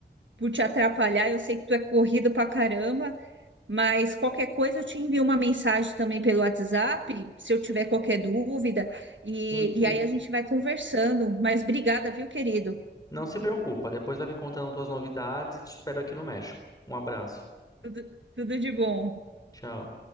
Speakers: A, on the right; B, on the left.
A: por te atrapalhar. Eu sei que tu é corrido pra caramba, mas qualquer coisa eu te envio uma mensagem também pelo WhatsApp, se eu tiver qualquer dúvida. E,
B: Sim, sim.
A: e aí a gente vai conversando. Mas obrigada, viu, querido?
B: Não se preocupa. Depois vai me contando tuas novidades e te espero aqui no México. Um abraço.
A: Tudo, tudo de bom.
B: Tchau.